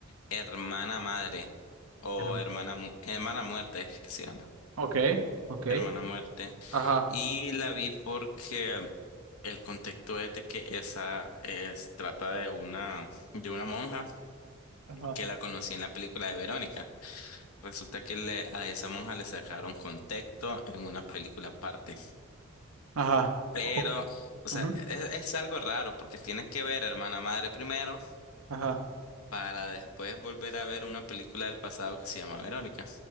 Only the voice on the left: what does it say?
Hermana Madre o
Hermana Mu- Hermana Muerte es que se llama.
Hermana Muerte.
Y la vi porque el contexto es de que esa es trata de una de una monja
que la conocí en la película de Verónica. Resulta que le- a esa monja le sacaron contexto en una película aparte.
Pero,
o sea,
es, es algo raro porque tienes que ver a Hermana Madre primero
para después volver a ver una película del pasado que se llama Verónica.